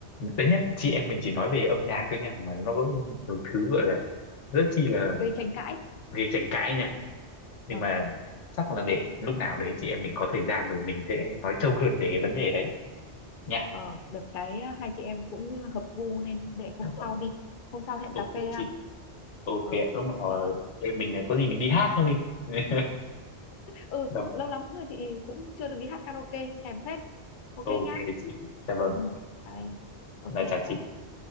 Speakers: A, on the left; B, on the left.
A: đấy nhá chị
B: ừ,
A: em mình chỉ nói về âm nhạc thôi nha mà nó có nhiều thứ gọi là rất chi là
B: gây tranh cãi
A: gây tranh cãi nha nhưng
B: ờ,
A: mà chắc là để lúc nào đấy chị em mình có thời gian rồi mình sẽ nói sâu hơn về cái vấn đề đấy nha
B: ờ, được cái hai chị em cũng hợp gu nên để hôm
A: Vâng.
B: sau đi hôm sau hẹn
A: ok
B: cà phê ăn
A: chị ok
B: ờ
A: ạ. lúc nào
B: ok em
A: ờ, chị em mình ờ, có gì mình đi hát luôn đi <laughs>
B: ừ
A: dạ vâng
B: lâu lắm rồi chị cũng chưa được đi hát karaoke thèm phết ok
A: ok
B: nhá
A: chị dạ vâng
B: ừ chào em ok
A: là
B: bye
A: chào chị
B: em.